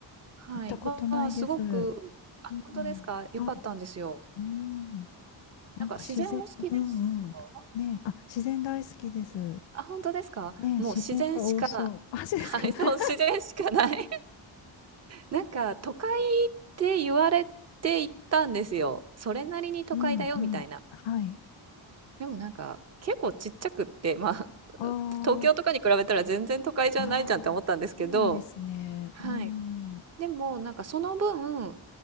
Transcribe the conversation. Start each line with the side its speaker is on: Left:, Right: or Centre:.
Right: はい、
Left: ったことないです。
Right: はすごく、あ、
Left: うん。
Right: 本当ですか良かったんですよ。
Left: はい。うん。なんか自然、
Right: なんか自然お好きですか
Left: うんうん。ねえ、あ、自然大好きです。
Right: あ、本当ですかもう自然しか、
Left: ねえ、自然が多そう。あ、そうですかね。
Right: はい、そう、
Left: <laughs>
Right: 自然しかない。なんか都会って言われて行ったんですよ。それなりに都会だよみたいな。
Left: うんうん。はい。
Right: でもなんか結構ちっちゃくって、まあ
Left: あ
Right: 東京とかに比べたら全然都会じゃないじゃんって思ったんですけど、
Left: あ、ああ、そうなんですね。
Right: はい。
Left: うん。う
Right: でもなんかその分、